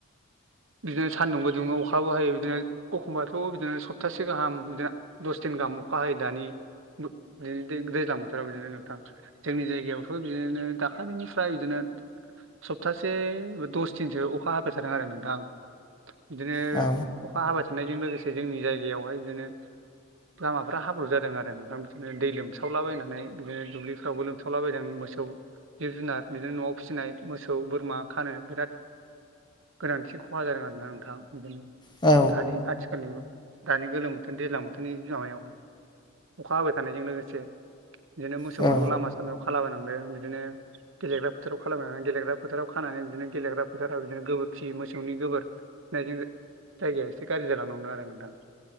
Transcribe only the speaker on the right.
बिदिनो सान्दुंबो दुंङो अखाबो हायो बिदिनो एखमबाथ बिदिनो सप्तासे गाहाम बिदिनो दस दिन गाहाम अखा हायो दानि दैज्लां बोथोराव बिदिनो नोंथां जोंनि जायगायावथ बिदिनो दाखालिनिफ्राय बिदिनो सप्तासे दस दिनसो अखा हाबाय थादों आरो नोंथांं। बिदिनो
अखा हाबाय थानायजों लोगोसे जोंनि जायगायावहाय बिदिनो लामाफ्रा हाब्रु जादों आरो नोंथां बिदिनो दै लोमसावलाबायनानै बिदिनो दुब्लिफ्रावबो लोमसावलाबायदों मोसौ जिब-जुनार बिदिनो नआव फिसिनाय मोसौ, बोरमा खानो बिराद गोनांथि खहा जादों आरोना नोंथां बिदिनो
दानि आथिखालनि दानि गोलोम बोथोर दैज्लां बोथोरनि बिमाहायावहाय अखा हाबाय थानायजों लोगोसे बिदिनो मोसौफोरखौ
लामा सामायाव खाबोनांदों बिदिनो गेलेग्रा फोथाराव खालामायनानै गेलेग्रा फोथाराव खानानै बिदिनो गेलेग्रा फोथाराव बिदिनो गोबोरखि मो सौनि गोबोर फिनायजों जायगाया एसे गाज्रि जालांनांदों आरो नोंथां।